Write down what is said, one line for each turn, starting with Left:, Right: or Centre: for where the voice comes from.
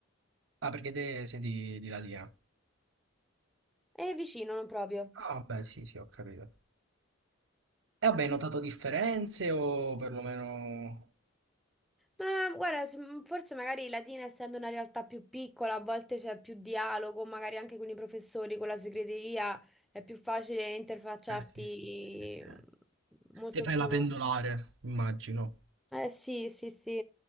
Right: Ah, perché te sei di, di Latina?
Centre: E vicino, non proprio.
Right: Ah, beh, sì, sì, ho capito. E vabbè, hai notato differenze o perlomeno...
Centre: Ma guarda, se- forse magari Latina, essendo una realtà più piccola, a volte c'è più dialogo, magari anche con i professori, con la segreteria, è più facile interfacciarti
Right: Eh sì, sì, sì, sì, sì.
Centre: eh, molto
Right: Te fai
Centre: più...
Right: la pendolare, immagino.
Centre: Eh sì, sì, sì.